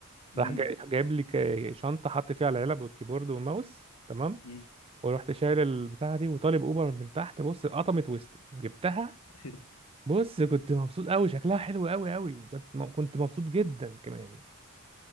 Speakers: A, on the left; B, on the right.
A: مم.
B: راح جاي- جايب لي ك- شنطة حط فيها العلب والكيبورد والماوس تمام
A: مم.
B: ورحت شايل البتاعة دي وطالب أوبر من تحت بص قطمت وسطي جبتها
A: <laughs>
B: بص كنت مبسوط أوي شكلها حلو أوي أوي وكنت م- كنت مبسوط جدا كمان